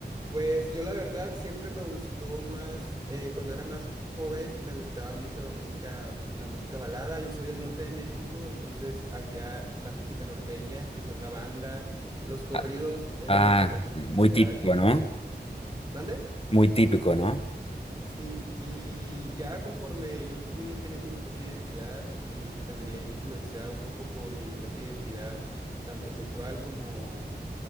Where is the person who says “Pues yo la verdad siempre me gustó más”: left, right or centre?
Right